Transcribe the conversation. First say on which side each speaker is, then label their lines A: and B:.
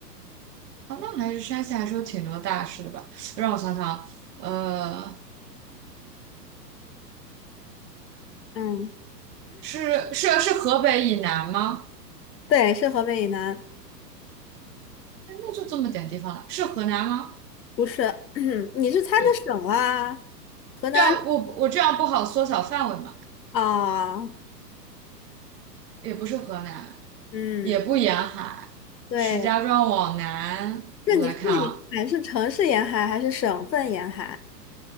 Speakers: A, on the right; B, on the left.
A: 哦，那还是山西还是有挺多大市的吧？让我想想，呃。
B: 嗯，
A: 是是是河北以南吗？
B: 对，是河北以南，
A: 哎，那就这么点地方了，是河南吗？
B: 不是，<clears throat> 你是猜的省啊？
A: 以
B: 河南
A: 对啊，我我这样不好缩小范围嘛，
B: 啊，
A: 也不是河南，
B: 嗯，
A: 也不沿海，
B: 对，
A: 石家庄往南，
B: 那你说的沿海是城市沿海还是省份沿海？
A: 我来看啊，